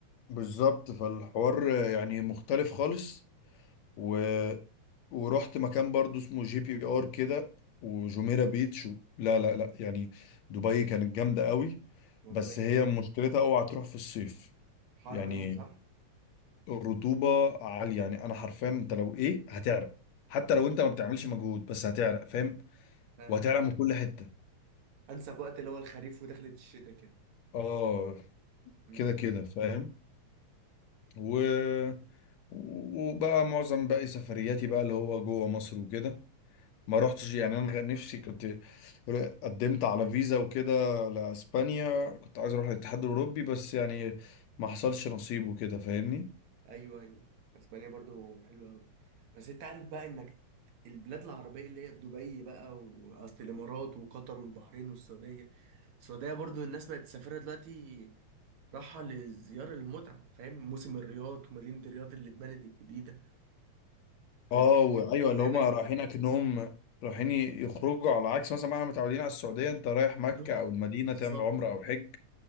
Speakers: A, on the left (about 70°); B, on the right (about 75°).
A: بالظبط فالحوار يعني مختلف خالص و... ورحت مكان برضو اسمه جي بي ار كده وجميرة بيتش و... لا لا لا يعني دبي كانت جامدة قوي
B: ما
A: بس
B: دبي
A: هي
B: اه
A: مشكلتها اوعى تروح في الصيف
B: حر
A: يعني
B: قوي صح
A: الرطوبة عالية يعني انا حرفيا انت لو ايه هتعرق حتى لو انت ما بتعملش مجهود بس هتعرق فاهم
B: فاهمك
A: وهتعرق من كل حتة
B: انسب وقت اللي هو الخريف ودخلة الشتاء
A: اه
B: كده
A: كده كده فاهم و وبقى معظم باقي سفرياتي بقى اللي هو جوه مصر وكده ما روحتش يعني انا كان نفسي كنت قدمت على فيزا وكده لاسبانيا كنت عايز اروح الاتحاد الاوروبي بس يعني ما حصلش نصيب وكده فاهمني
B: ايوه ايوه اسبانيا برضو حلوه قوي بس انت عارف بقى انك البلاد العربيه اللي هي دبي بقى واصل الامارات وقطر والبحرين والسعوديه السعوديه برضو الناس بقت تسافرها دلوقتي راحه لزياره المتعه فاهم موسم الرياض ومدينه الرياض اللي اتبنت الجديده ففاهم
A: اه وايوه
B: برضو السعوديه
A: اللي هما
B: بقت
A: رايحين اكنهم رايحين يخرجوا على عكس مثلا ما احنا متعودين على السعوديه انت رايح مكه
B: تروح
A: او المدينه
B: بالظبط
A: تعمل عمره او حج